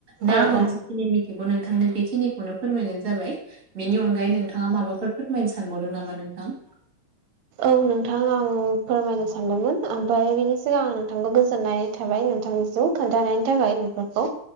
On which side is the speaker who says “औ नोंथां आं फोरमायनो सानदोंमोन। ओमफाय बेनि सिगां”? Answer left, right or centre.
Right